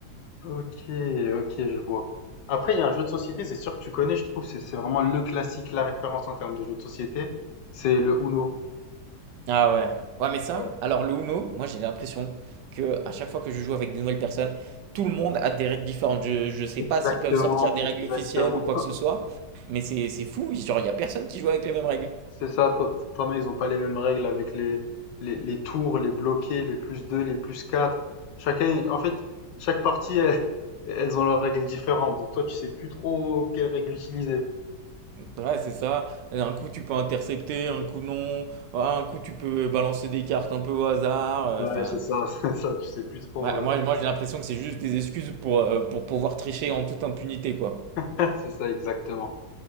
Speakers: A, on the left; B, on the right.
A: Ok, ok, je vois. Après, il y a un jeu de société, c'est sûr que tu connais, je trouve, c'est c'est vraiment le classique, la référence en termes de jeu de société, c'est le Uno.
B: Ah ouais. Ouais, mais ça,
A: Ouais.
B: alors le Uno, moi j'ai l'impression que à chaque fois que je joue avec de nouvelles personnes, tout le monde a des règles différentes. Je, je sais
A: Exactement,
B: pas s'ils peuvent sortir des
A: exactement.
B: règles officielles ou quoi que ce soit, mais c'est c'est fou. Genre, il y a personne qui joue avec les mêmes règles.
A: C'est ça, pa- pareil, ils ont pas les mêmes règles avec les, les, les tours, les bloqués, les plus 2, les plus 4. Chacun, en fait, chaque partie, elle- elles ont leurs règles différentes. Donc toi, tu sais plus trop quelles règles utiliser.
B: Ouais, c'est ça. Un coup tu peux intercepter, un coup non. Ouais, un coup tu peux balancer des cartes un peu au hasard. Euh,
A: Ouais,
B: Enfin,
A: c'est ça, <laughs> c'est ça, tu sais plus trop.
B: ouais,
A: euh,
B: moi, moi j'ai l'impression que c'est juste des excuses pour, euh, pour pouvoir tricher en toute impunité, quoi.
A: <laughs> C'est ça, exactement.